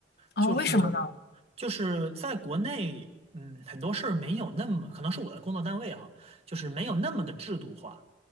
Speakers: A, on the left; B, on the right.
A: 哦，
B: 就是
A: 为什么呢？
B: 就是在国内，嗯，很多事儿没有那么，可能是我的工作单位哈，就是没有那么的制度化。